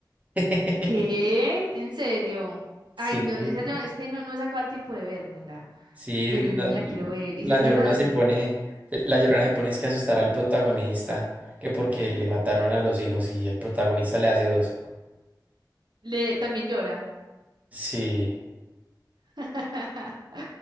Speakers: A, on the right; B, on the right.
A: <laughs>
B: ¿Qué? ¿En serio?
A: Sí.
B: Ay, no, esa yo, es que no, no he sacado el tiempo de vérmela,
A: Sí,
B: pero
A: la,
B: yo me la quiero ver.
A: la
B: Y sé que
A: Llorona
B: es, ba- es-
A: se pone, la Llorona se pone es que asustar al protagonista, que porque le mataron a los hijos y el protagonista le hace dos.
B: le, también llora.
A: Sí,
B: <laughs>